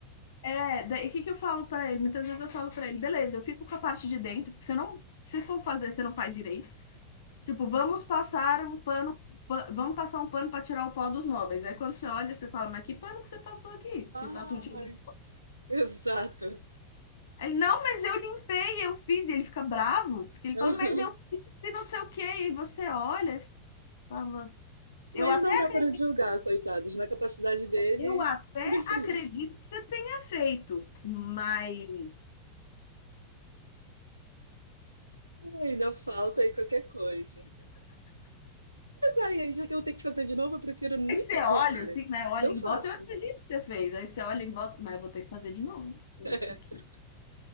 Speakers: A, on the left (about 60°); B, on the right (about 85°).
A: É, daí o que que eu falo pra ele? Muitas vezes eu falo pra ele, beleza, eu fico com a parte de dentro, porque você não, se for fazer, você não faz direito. Tipo, vamos passar um pano, pa- vamos passar um pano pra tirar o pó dos móveis. Aí quando você olha, você fala, mas que pano que você passou aqui? Porque
B: <laughs>
A: tá tudo cheio
B: Ai,
A: de...
B: Exato.
A: Aí Ele, não, mas eu limpei, eu fiz. E ele fica bravo, porque ele fala,
B: Aham.
A: mas eu fiz e não sei o quê. E você olha e fala,
B: Mas
A: eu até,
B: não dá
A: acre-
B: para julgar, coitados. Na capacidade dele,
A: eu até
B: <laughs> ele fez.
A: acredito que você tenha feito, mas...
B: Ainda falta aí qualquer coisa. Aí, já que eu tenho que fazer de novo, eu prefiro nem
A: É que você
B: pedir,
A: olha
B: cara.
A: assim, né? Olha
B: Eu
A: em
B: faço.
A: volta, eu acredito que você fez. Aí você olha em volta, mas eu vou ter que fazer de novo isso
B: <laughs>
A: aqui.